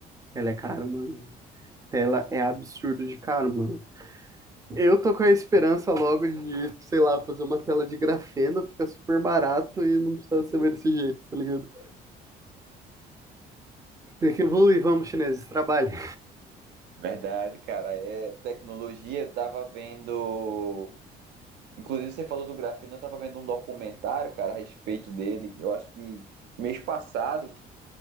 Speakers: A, on the right; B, on the right.
A: Ela é cara, mano. Tela é absurdo de caro, mano. Eu tô com a esperança logo de, sei lá, fazer uma tela de grafeno, fica super barato e não precisa ser mais desse jeito, tá ligado? Tem que evoluir, vamos, chineses, trabalhe.
B: Verdade, cara, é tecnologia, eu tava vendo Inclusive, você falou do Grafeno, eu tava vendo um documentário, cara, a respeito dele. Eu acho que mês passado,